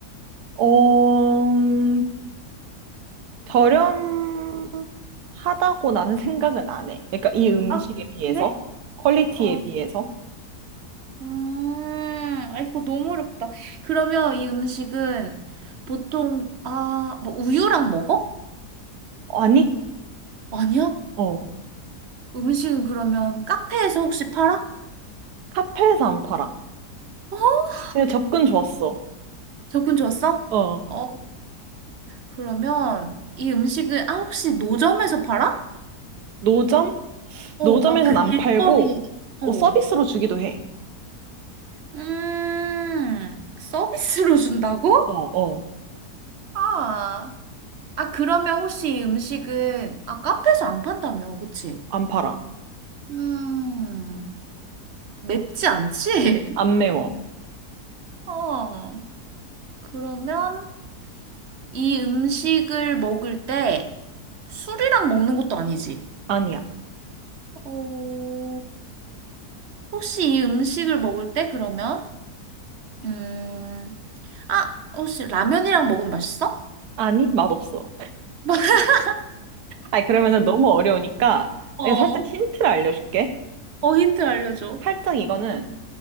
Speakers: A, on the right (about 75°); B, on the right (about 50°).
A: 어, 음, 저렴하다고 나는 생각은 안 해. 그러니까 이 음식에
B: 아,
A: 비해서,
B: 그래?
A: 퀄리티에
B: 어.
A: 비해서.
B: 음, 아, 이거 너무 어렵다. 그러면 이 음식은 보통, 아, 뭐 우유랑 먹어?
A: 아니,
B: 아니야?
A: 어,
B: 음식은 그러면 카페에서 혹시 팔아?
A: 카페에서 안 팔아.
B: 어?
A: 그냥 접근 좋았어.
B: 접근 좋았어?
A: 어,
B: 어, 그러면 이 음식은, 아, 혹시 노점에서 팔아?
A: 노점?
B: 어,
A: 노점에선
B: 막 그
A: 안
B: 길거리에,
A: 팔고
B: 어.
A: 어, 서비스로 주기도 해.
B: 음, 서비스로 준다고?
A: 어, 어.
B: 아, 아, 그러면 혹시 이 음식은, 아, 카페에서 안 판다며, 그치?
A: 안 팔아.
B: 음. 맵지 않지? <laughs>
A: 안 매워.
B: 어. 그러면 이 음식을 먹을 때 술이랑 먹는 것도 아니지?
A: 아니야.
B: 어, 혹시 이 음식을 먹을 때 그러면, 음, 아, 혹시 라면이랑 먹으면 맛있어?
A: 아니, 맛없어.
B: <laughs>
A: 아니, 그러면은 너무 어려우니까
B: 어,
A: 내가 살짝 힌트를 알려줄게.
B: 어, 힌트 알려줘.
A: 살짝 이거는